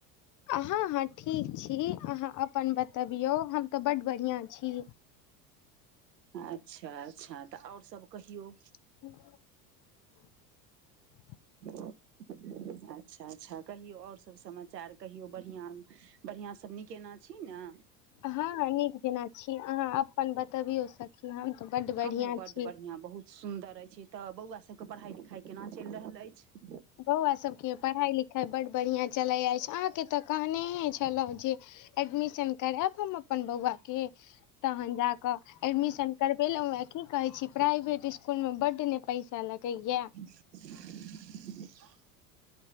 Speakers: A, on the left; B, on the right.
A: अहाँ हँ ठीक छी अहाँ अपन बतबियौ हम तऽ बड बढ़िआँ छी
B: अच्छा अच्छा तऽ आओर सब कहियौ
A: ह
B: अच्छा अच्छा कहियौ आओर सब समाचार कहियो बढ़िआ बढ़िआं सब निकेना छी ने
A: हँ नीक जेना छी अहाँ अपन बतबियो सखी हम तऽ बड्ड बढ़िआँ
B: हमहूँ बड्ड
A: छी।
B: बढ़िआँ बहुत सुन्दर अछि तऽ बौआ सबके पढ़ाई लिखाई केना चलि रहल अछि
A: बौआ सभके पढ़ाइ लिखाइ बड्ड बढ़िआँ चलैत अछि अहाँके तऽ कहनेहे छलहुँ जे एडमिशन करायब हम अपन बौआ के तहन जाकऽ एडमिशन करबेलहु व की कहै छी प्राइवेट इसकुलमे बड्ड नहि पैसा लगैए
B: <unintelligible>